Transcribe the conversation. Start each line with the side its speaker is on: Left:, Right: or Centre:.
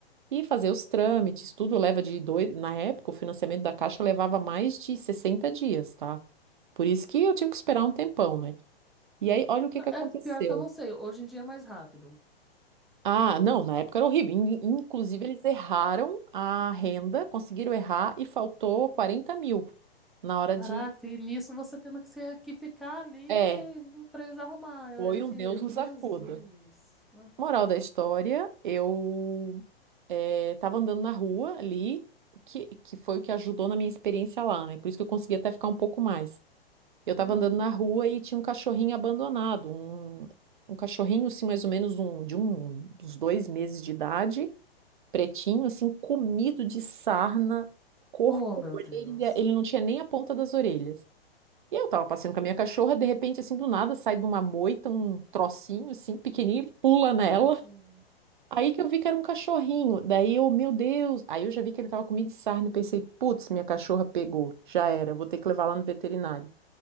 Right: e fazer os trâmites. Tudo leva de dois. Na época, o financiamento da Caixa levava mais de 60 dias, tá? Por isso que eu tive que esperar um tempão, né? E aí, olha o que que aconteceu.
Centre: É pior que eu não sei. Hoje em dia é mais rápido.
Right: Ah, não, na época era horrível. In- Inclusive, eles erraram a renda, conseguiram errar e faltou quarenta mil na hora
Centre: Caraca,
Right: de.
Centre: e nisso você tendo que, ser, que ficar ali
Right: É,
Centre: para eles arrumar
Right: foi
Centre: esse
Right: um Deus
Centre: erro.
Right: nos
Centre: Jesus.
Right: acuda.
Centre: Aham,
Right: Moral da história, eu eh, tava andando na rua ali, que, que foi o que ajudou na minha experiência lá, né? Por isso que eu consegui até ficar um pouco mais. Eu tava
Centre: aham.
Right: andando na rua e tinha um cachorrinho abandonado, um, um cachorrinho, assim, mais ou menos um, de um, dos dois meses de idade pretinho, assim, comido de sarna, corpo,
Centre: Oh, meu
Right: orelha,
Centre: Deus.
Right: ele não tinha nem a ponta das orelhas. E eu tava passeando com a minha cachorra, de repente, assim, do nada, sai de uma moita um trocinho, assim, pequenininho, e pula nela.
Centre: Tadinho.
Right: Aí que eu vi que era um cachorrinho. Daí eu, meu Deus. Aí eu já vi que ele tava comido de sarna e pensei, putz, minha cachorra pegou. Já era, vou ter que levar lá no veterinário.